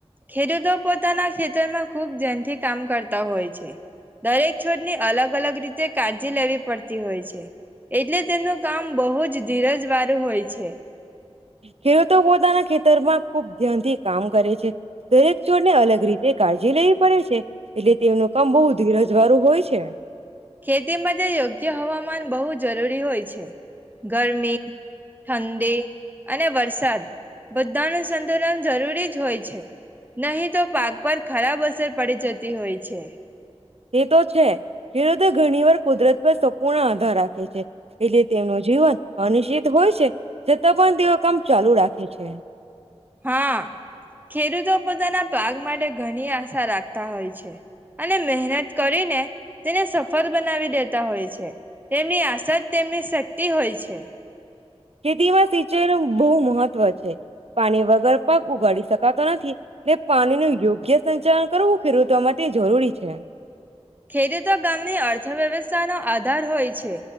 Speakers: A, on the right; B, on the right.
A: ખેડૂતો પોતાના ખેતરમાં ખુબ જનથી કામ કરતા હોય છે દરેક છોડની અલગ અલગ રીતે કાળજી લેવી પડતી હોય છે એટલે તેમ નું કામ બહુ જ ધીરજ વાર વાળુ હોય છે.
B: ખેડૂતો પોતાના ખે ખેતરમાં ખુબ ધ્યાન થી કામ કરે છે. દરેક છોડ ને અલગ રીત તે કાળજી લેવી પડે છે એટલે તેમનું કામ બહુ ધીરજ વારું હોય છે.
A: ખેતી માટે યોગ્ય હવામાન બહુ જ જરૂરી હોય છે. ગરમી ઠંડી અને વરસાદ. બધાનું સંતુલન જરૂરી જ હોય છે નહીં તો પાક પર ખરાબ અસર પડી જતી હોય છે.
B: તે તો છે. ખેડૂતો ઘર ની <unintelligible> કુદરત પર સંપૂર્ણ આધાર રાખે છે. એટલે તેમનું જીવન અનિશ્ચિત હોય છે છતાં પણ તેઓ કમ ચાલુ રાખે છે.
A: હા ખેડૂતો પોતાના પાક માટે ઘણી આશા રાખતા હોય છે અને મહેનત કરીને તેને સફળ બનાવી દેતા હોય છે તેમની આશા તેમની શક્તિ હોય છે.
B: ખેતીમાં સિંચાઈ ન બહુ મહત્વ છે પાણી વગર પાક ઉગાડી શકાતો નથી એટલે પાણી ન યોગ્ય સંચાલન કરવું ખેડૂતો માટે જરૂરી છે અચ્છા
A: ખેડૂતો ગામની અર્થવ્યવસ્થા નો આધાર હોય છે